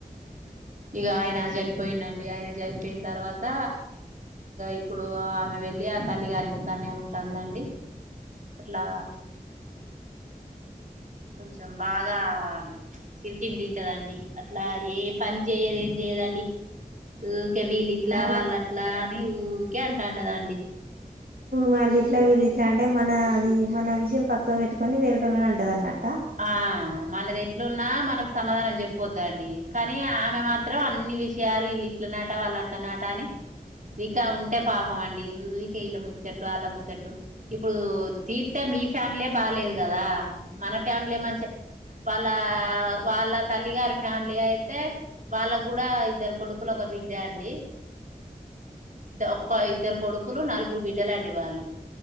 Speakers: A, on the right; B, on the right.
A: ఇక ఆయన చనిపోయిండు అండి ఆయన చనిపోయింది తర్వాత ఇప్పుడు ఆమె వెళ్ళి ఆ తల్లి గారింటికానే ఉంటుందండి అట్లా కొంచెం బాగా చిరితిండి తింటదండి అట్లా ఏ పని చేయదు ఏం చెయ్యదండి ఉరికే వీళ్ళిట్లా
B: ఆ
A: వాళ్ళ అట్లా అని క్యాన్ అంటదండి
B: వాళ్ళ ఇట్లా వీళ్ళు ఇట్లా అంటే మన అది మన విషయం పక్క పెట్టుకొని వేరేటోళ్ళనే అంటది అన్నట్టు
A: ఆ మనది ఎట్లున్నా మనకు సమాధానం చెప్ పోద్దండి కానీ ఆమె మాత్రం అన్ని విషయాలు వీళ్లు ఇట్లన్నట వాళ్ళ అట్లన్నట అని ఇక ఉంటే పాపం అండి ఇక వీళ్ళ ముచ్చట్లు ఆళ్ల ముచ్చట్లు ఇప్పుడు తీర్తే మీ ఫ్యామిలీ బాలేదు కదా మన ఫ్యామిలీ మంచి వాళ్ళ వాళ్ళ తల్లిగారి ఫ్యామిలీ అయితే వాళ్ళ కూడా వలగూడ ఇద్దరు కొడుకులు ఒక బిడ్డ అండి ఒక ఇద్దరు కొడుకులు నలుగురు బిడ్డలు అండి వాళ్ళు